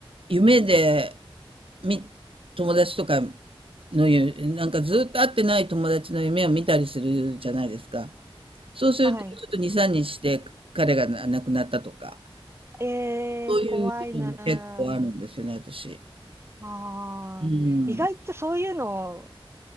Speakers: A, on the right (about 70°); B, on the right (about 25°).
A: 夢で、み、友達とかの夢、なんかずっと会ってない友達の夢を見たりするじゃないですか。そうすると、
B: はい。
A: ちょっと2、3日して彼が亡くなったとか、
B: えー、
A: そういうのも結構あるんですよね、
B: 怖いなあ。
A: 私。
B: ああ、
A: うん。
B: 意外とそういうの